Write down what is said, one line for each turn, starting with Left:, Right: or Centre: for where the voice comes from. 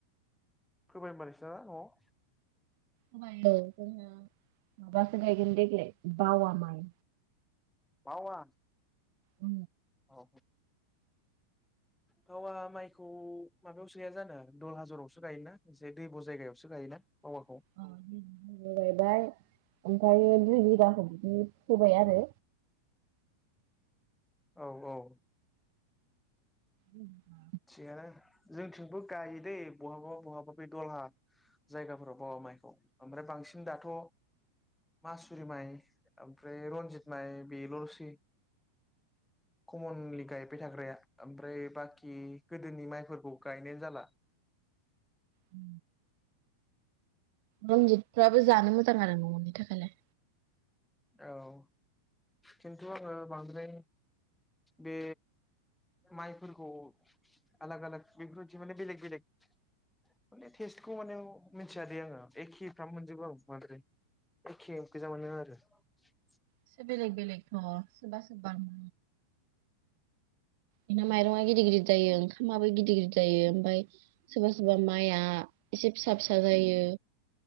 Centre: फोबाय होनबा नोंसिना न'आव?
Right: <unintelligible> जोंहा माबासो गायगोन देग्लाय बावा माइ।
Centre: बावा?
Right: अ
Centre: औ। बावा माइखौ माबायावसो गाया जानो दलहा जरावसो गायोना एसे दैब' जायगायावसो गायोना? पावाखौ
Right: <unintelligible> गाय बाय। ओमफायो दुइ बिगाखौ बिदि फोबाय आरो।
Centre: औ औ। <inaudible>
Right: <unintelligible>
Centre: थिगानो। जोंथिंबो गायो दैे बहाबा बहाबा बे दलहा जायगाफोराव बाबा माइखौ। ओमफ्राय बांसिन दाथ' मासुरि माइ ओमफ्राय रन्जित माइ बेल'सै। खम'नलि गाय बाय थाग्राया। ओमफ्राय बाखि गोदोनि माइफोरखौ गायनायानो जाला।
Right: उ। रनजितफ्राबो जानो मोजां आरो न'नि थाखायलाय।
Centre: औ, खिन्थु ओ बांद्राय बे माइफोरखौ आलाग आलाग बेफोरबायदि माने बेलेग बेलेग माने टेस्टखौ माने मिथियादे आङो एखेफ्राम मोनजोबो आं बांद्राय एखे गोजा मोनो आरो। <inaudible>
Right: एसे बेलेग बेलेग सोरबा सोरबा हो बि माइरङा गिदिर गिदिर जायो। ओं खानाबो गिदिर गिदिर जायो। ओमफ्राय सोरबा सोरबा माइया एसे फि फिसा फिसा जायो।